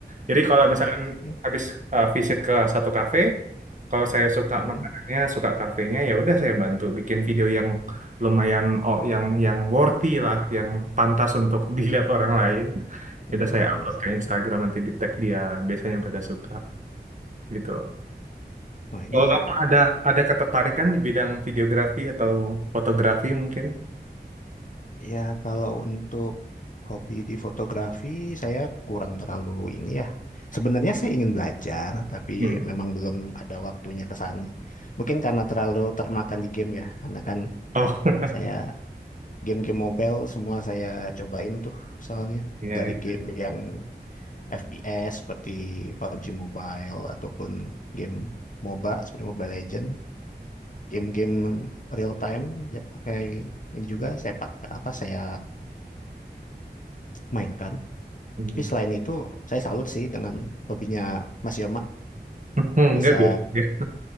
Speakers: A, on the right; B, on the left.
A: Jadi kalau
B: Oh,
A: misalkan
B: oke.
A: habis eh, visit ke satu kafe, kalau saya suka
B: Mm-mm.
A: makanannya, suka kafenya, ya udah saya bantu bikin video yang lumayan oh yang yang worthy lah, yang pantas untuk <laughs> dilihat orang lain. Ya udah
B: Tuh.
A: saya upload ke Instagram nanti di tag dia, biasanya pada suka gitu.
B: Nah, ini
A: Kalau kamu ada ada ketertarikan di bidang videografi atau fotografi mungkin?
B: ya kalau untuk hobi di fotografi, saya kurang terlalu ini ya. Sebenarnya saya ingin belajar, tapi
A: Hmm.
B: memang belum ada waktunya ke sana. Mungkin karena terlalu termakan di game ya, karena kan
A: Oh, <laughs>
B: saya Game-game mobile semua saya cobain tuh soalnya
A: iya.
B: dari game yang FPS seperti PUBG Mobile ataupun game MOBA seperti Mobile Legend, game-game real time dia pakai ini juga saya pakai apa saya mainkan.
A: Hmm.
B: Tapi selain itu saya salut sih dengan hobinya Mas Yoma
A: <laughs> Enggak
B: bisa
A: biasa.